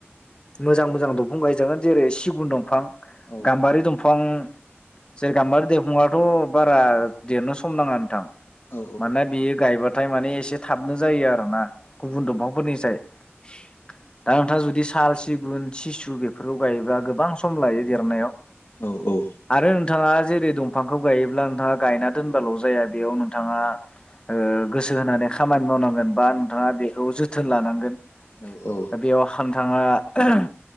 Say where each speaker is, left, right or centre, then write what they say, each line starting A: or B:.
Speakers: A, on the left; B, on the left.
A: मोजां मोजां दंफां गायजागोन जेरै सिगुन दंफां।
B: औ
A: गाम्बारि दंफां। जे गाम्बारि देंफाङाथ' बारा देरनो सम नाङा नोंथां।
B: औ
A: माने बियो गायबा थाय माने एसे थाबनो जायो आरो ना। गुबुन दंफांफोरनिसाय दा नोंथाङा जु साल सिगुन सिसु बेफोरखौ गायोब्ला गोबां सम लायो देरनायाव
B: औ औ
A: आरो नोंथाङा जेरै दंफांखौ गायोब्ला नोंथाङा गायना दोनबाल' जाया बेयाव नोंथाङा ओ गोसो होनानै खामानि मावनांगोन बा नोंथाङा बेखौ जोथोन लानांगोन
B: औ
A: बेयाव हां नोंथाङा